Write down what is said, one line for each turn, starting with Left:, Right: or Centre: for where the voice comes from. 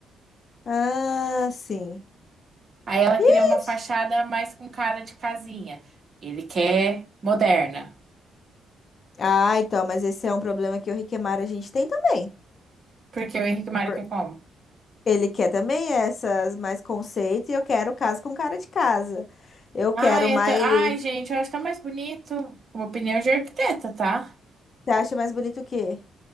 Left: Ah, sim.
Right: Aí ela queria
Left: Ixi.
Right: uma fachada mais com cara de casinha. Ele quer moderna.
Left: Ah, então, mas esse é um problema que o Riquemar a gente tem também.
Right: Porque o Henrique Mário
Left: Por-
Right: quer como?
Left: Ele quer também essas mais conceito e eu quero caso com cara de casa. Eu
Right: Ai,
Left: quero mais.
Right: é tão- Ai, gente, eu acho tão mais bonito. Com opinião de arquiteta, tá?
Left: Você acha mais bonito o quê?